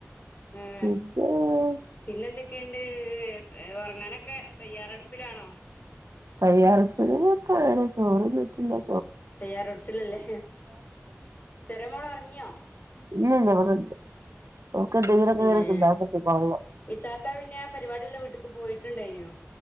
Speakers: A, on the left (about 35°); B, on the right (about 80°).
A: ഏ
B: പിന്നെ
A: പിന്നെന്തൊക്ക? ക്കണ്ട് ഉറങ്ങാനൊക്കെ തയ്യാറെടുപ്പിലാണോ?
B: തയ്യാറെടുപ്പിലാണ്. ചോർ ന്നിട്ടില്ല
A: തെയ്യാറടുപ്പില്ലല്ലേ ചെറിയ മോള ഒറങ്ങിയോ?
B: ഇല്യല്ല ഇവിടെണ്ട്. ഓക്ക് എന്തെങ്കിലൊക്കെ
A: പിന്നെ
B: ഇങ്ങനെ തിന്നാൻകിട്ടി കൊള്ളാം
A: ഇത്താത്ത പിന്നെ ആ പരിപാടിലെ വീട്ക്ക് പോയിട്ടുണ്ടായിനോ?